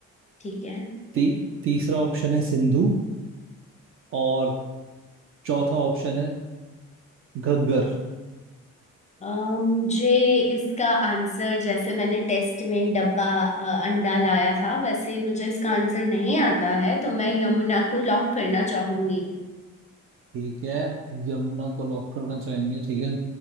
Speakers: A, on the left (about 15°); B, on the right (about 35°).
A: ठीक है
B: ती, तीसरा ऑप्शन है सिंधु और चौथा ऑप्शन है घग्गर
A: अ, मुझे इसका आंसर जैसे मैंने टेस्ट में डब्बा अ, अंडा लाया था वैसे ही मुझे इसका आंसर नहीं आता है तो मैं यमुना को लॉक करना चाहूंगी
B: ठीक है यमुना को लॉक करना चाहेंगे ठीक है